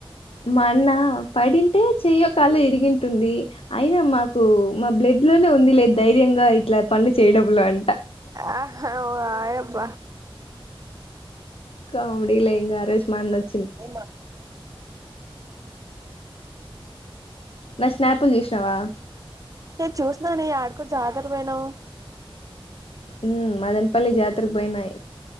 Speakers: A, on the left; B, on the right.
A: మాన్న పడింటే చెయ్యకాలో ఇరిగింటుంది. అయినా మాకు మా బ్లడ్ లోనే ఉంది లేదు ధైర్యంగా ఇట్లా పనులు చేయడంలో అని
B: ఆ ఓహ్ రాయబ్బ
A: కామిడిలే ఇంకా ఆరోజు మా అన్న ఓ
B: ఆ
A: నా స్నాపులు చూసినావా
B: నేను చుతుననే ఆడుకోదర ట్ పోయినవ్
A: హ మదన్పల్లి జాతరకి బోయినై